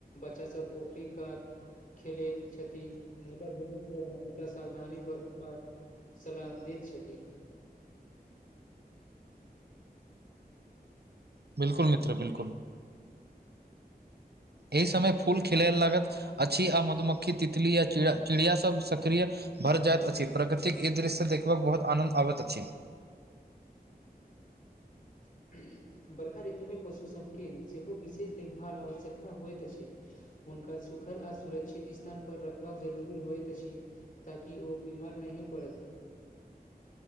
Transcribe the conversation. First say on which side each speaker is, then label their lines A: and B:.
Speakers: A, on the left; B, on the right.
A: बच्चा सभ पोखरि कात खेलैत छथि मुदा बुुदुर सभ हमेशा सावधानी बर्खपात सलाह दैत छथि
B: बिलकुल मित्र बिलकुल एहि समय फूल खिलेल लागत अछि आ मधुमक्खी तितली या कीड़ा चिड़िया सब सक्रिय भर जाइत अछि प्रकृतिक ई दृश्य देखबाक बहुत आनन्द आबैत अछि
A: <unintelligible> बरखा ऋतुमे पशु सभके सेहो विशेष देखभाल आ आवश्यकता होइत अछि हुनका सुखल आ सुरक्षित स्थान पर रखबाक जरूरी होइत अछि ताकि ओ बीमार नहि पड़त